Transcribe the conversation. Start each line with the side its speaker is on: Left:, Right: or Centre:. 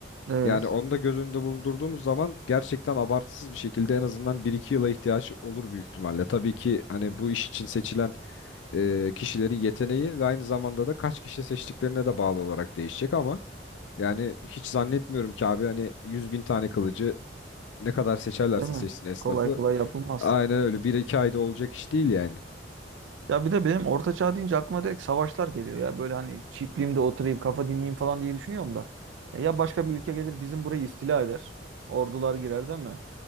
Right: Evet.
Left: Yani onu da göz önünde bulundurduğumuz zaman gerçekten abartısız bir şekilde en azından bir iki yıla ihtiyaç olur büyük ihtimalle. Tabii ki hani bu iş için seçilen e, kişilerin yeteneği ve aynı zamanda da kaç kişi seçtiklerine de bağlı olarak değişecek ama yani hiç zannetmiyorum ki abi hani yüz bin tane kılıcı ne kadar seçerlerse
Right: Değil mi?
Left: seçsin esnafı
Right: Kolay kolay yapılmaz.
Left: aynen öyle bir iki ayda olacak iş değil yani.
Right: Ya bir de benim orta çağ deyince aklıma direkt savaşlar geliyor ya. Böyle hani çiftliğimde oturayım, kafa dinleyeyim falan diye düşünüyorum da. E, Ya başka bir ülke gelir bizim burayı istila eder. Ordular girer değil mi?